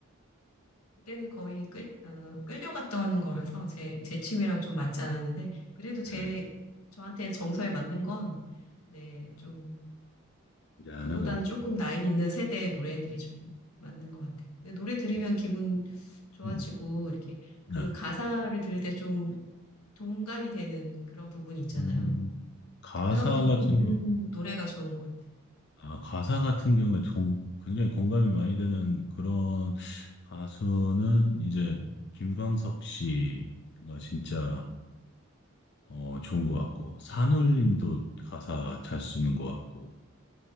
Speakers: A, on the left; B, on the left.
A: 그때는 거의 끌, 어, 끌려갔던 거라서 제, 제 취미랑 좀 맞지 않았는데, 그래도 제,
B: 네,
A: 저한테 정서에 맞는 건, 네, 좀
B: 이제 안
A: 그보다는
B: 하고.
A: 조금 나이 있는 세대의 노래들이 좀 맞는 것 같아요. 근데 노래 들으면
B: 음,
A: 기분 좋아지고,
B: 음.
A: 이렇게
B: 네.
A: 그 가사를 들을 때 좀 동감이 되는 그런 부분이 있잖아요.
B: 음, 가사
A: 그런 부분이
B: 같은
A: 있는
B: 경우
A: 노래가 좋은 것 같아요.
B: 아, 가사 같은 경우에 동- 굉장히 공감이 많이 되는 그런 가수는 이제 김광석 씨가 진짜
A: 음.
B: 어, 좋은 것 같고 산울림도 가사 잘 쓰는 것 같고